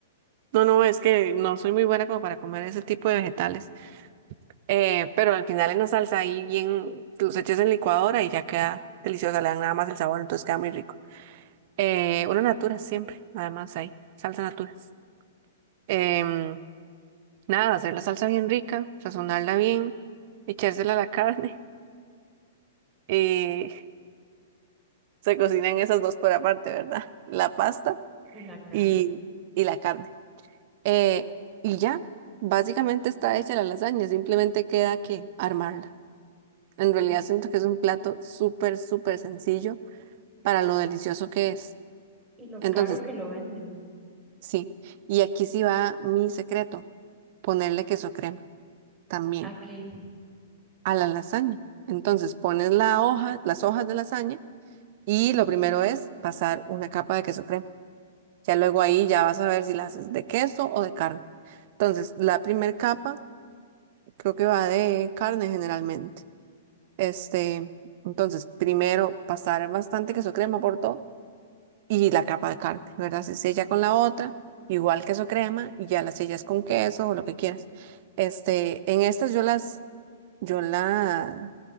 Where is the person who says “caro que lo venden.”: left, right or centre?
Right